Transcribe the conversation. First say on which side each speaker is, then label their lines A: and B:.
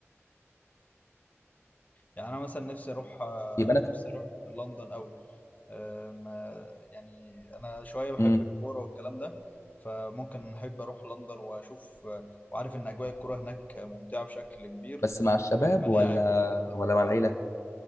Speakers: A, on the left; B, on the left.
A: يعني انا مثلا نفسي اروح آه،
B: يبقى انا
A: نفسي اروح لندن قوي آه، ما- يعني انا شويه بحب
B: امم
A: الكوره والكلام ده فممكن احب اروح لندن واشوف آه، وعارف ان اجواء الكوره هناك ممتعه بشكل كبير
B: بس مع الشباب
A: والملاعب
B: ولا
A: والكلام ده
B: ولا مع العيله